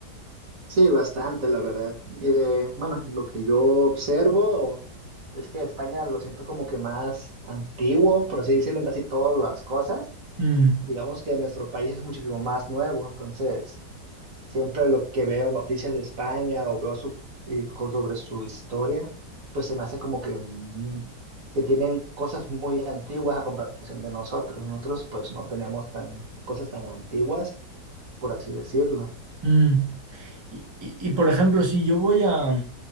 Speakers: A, on the right; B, on the right.
A: Sí, bastante, la verdad. Eh, bueno, lo que yo observo es que España lo siento como que más antiguo, por así decirlo, en casi todas las cosas.
B: Mm,
A: Digamos que nuestro país es muchísimo más nuevo, entonces Siempre lo que veo noticias de España o veo su, eh, co- sobre su historia, pues se me hace como que, mu- que tienen cosas muy antiguas a comparación de nosotros. Nosotros pues no tenemos tan, cosas tan antiguas, por así decirlo.
B: mm. Y, y- y, por ejemplo, si yo voy a,